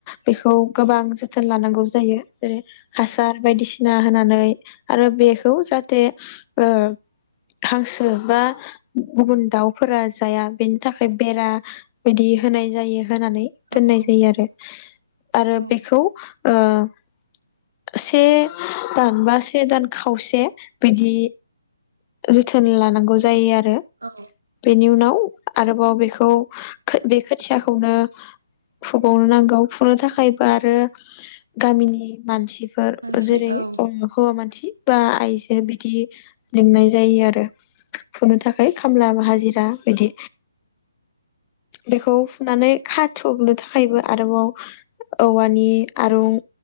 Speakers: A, on the left (about 25°); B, on the right (about 85°).
A: बेखौ गोबां जोथोन लानांगौ जायो। जेरै हासार बायदिसि ना होना नै आरो बेखौ जा थे ओ हांसो बा गुबुन दाउ फोरा जाया बेनि थाखाय बेरा बिदि होनाय जायो। होनानै
B: औ
A: दोननाय
B: नंगौ
A: जायो आरो आरो
B: औ
A: बेखौ ओ से दान बा से दान खावसे बिदि जोथोन लानांगौ जायो आ
B: औ
A: बेनि उनाव आरोबाव बेखौ बे खोथियाखौनो फुबावनांगौ फुनो थाखायबो आरो गामिनि मानसि फोर
B: मानसि
A: जेरै
B: औ
A: हौवा मान थि बा आइजो बिदि लिंनाय जायो आरो। फुनो थाखाय खामला बा हा जिरा बिदि बेखौ फुनानै खाथुबनो थाखायबो आरोबाव औवानि आरुं